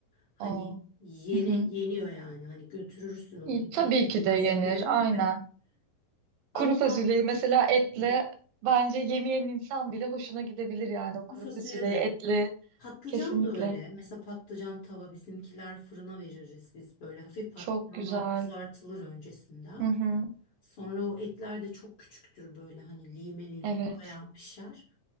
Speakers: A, on the left (about 70°); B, on the right (about 90°).
A: Hani
B: o.
A: yeni
B: Hı hı.
A: yeniyor yani. Hani götürürsün onu
B: Y-
A: hiç
B: Tabii
A: affetmezsin.
B: ki de yenir aynen
A: <laughs>
B: kuru
A: Ama
B: fasulyeyi mesela etle
A: evet,
B: bence yemeyen insan bile hoşuna gidebilir yani o kuru
A: bu fasulye
B: fasulyeyi
A: de öyle.
B: etli
A: Patlıcan
B: kesinlikle
A: da öyle. Mesela patlıcan tava bizimkiler fırına veririz biz böyle. Hafif patlıcanlar
B: Çok güzel.
A: kızartılır öncesinden.
B: Hı hı.
A: Sonra o etler de çok küçüktür böyle hani lime lime
B: Evet,
A: bayağı pişer.